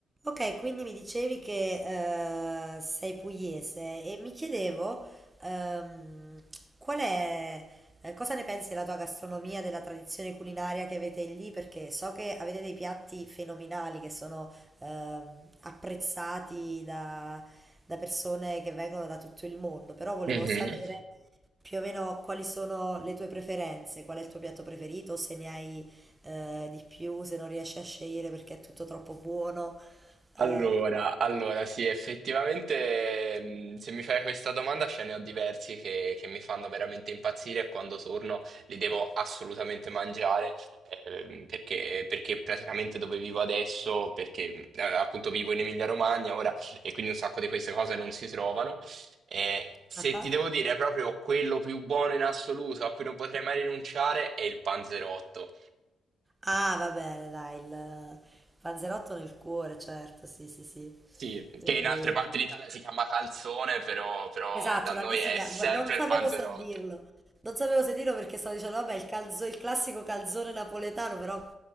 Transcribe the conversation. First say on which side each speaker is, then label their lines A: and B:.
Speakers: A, on the right; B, on the right.
A: Ok, quindi mi dicevi che eh, sei pugliese e mi chiedevo ehm, qual è, eh, cosa ne pensi della tua gastronomia, della tradizione culinaria che avete lì, perché so che avete dei piatti fenomenali che sono ehm, apprezzati da, da persone che vengono da tutto il mondo, però volevo
B: Mhm.
A: sapere più o meno quali sono le tue preferenze, qual è il tuo piatto preferito, se ne hai eh, di più, se non riesci a scegliere perché è tutto troppo buono.
B: Allora,
A: Eh,
B: allora, sì, effettivamente, mh, se mi fai questa domanda, ce ne ho diversi che, che mi fanno veramente impazzire e quando torno li devo assolutamente mangiare, ehm, perché, perché praticamente dove vivo adesso, perché mh, eh, appunto vivo in Emilia-Romagna ora e quindi un sacco di queste cose non si trovano. Eh, se
A: ah,
B: ti devo dire proprio quello più buono in assoluto a cui non potrei mai rinunciare è il panzerotto.
A: ah, va bene, dai, il Panzerotto nel cuore, certo, sì, sì, sì.
B: Sì,
A: E-
B: che in altre parti d'Italia si chiama calzone, però, però
A: Esatto,
B: da noi
A: da me
B: è
A: si chiama,
B: sempre
A: non
B: il
A: sapevo
B: panzerotto.
A: se dirlo, non sapevo se dirlo perché stavo dicendo, vabbè, il, calzo- il classico calzone napoletano, però